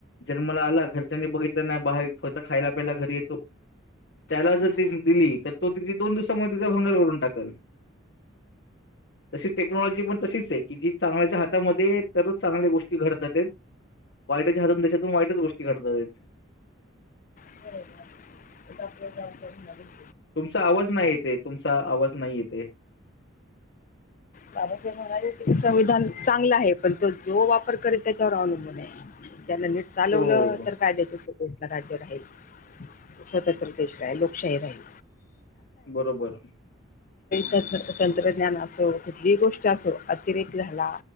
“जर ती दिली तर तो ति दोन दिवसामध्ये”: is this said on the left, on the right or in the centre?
Left